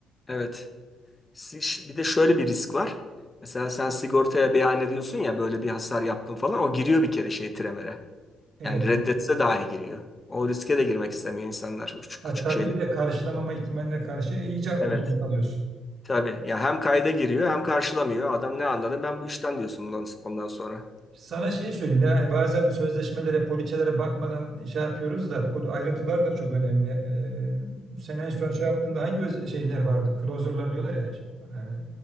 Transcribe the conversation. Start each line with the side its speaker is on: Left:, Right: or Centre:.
Left: evet Si- Bir de şöyle bir risk var. Mesela sen sigortaya beyan ediyorsun ya böyle bir hasar yaptım falan o giriyor bir kere şey Tremer'e.
Right: Evet.
Left: Yani reddetse dahi giriyor. O riske de girmek istemiyor insanlar küçük,
Right: Hatta
Left: küçük şeyler.
Right: bir de karşılamama ihtimaline karşı e, iyice ortada
Left: Evet.
Right: kalıyorsun.
Left: Tabii ya hem kayda giriyor hem karşılamıyor. Adam ne anladı ben bu işten diyorsun ondan ondan sonra.
Right: Sana şeyi söyleyeyim yani bazen sözleşmelere, poliçelere bakmadan şey yapıyoruz da o ayrıntılar da çok önemli. Ee, sen en son şey yaptığında hangi öz- şeyler vardı? Closer'lar diyorlar ya. Ee,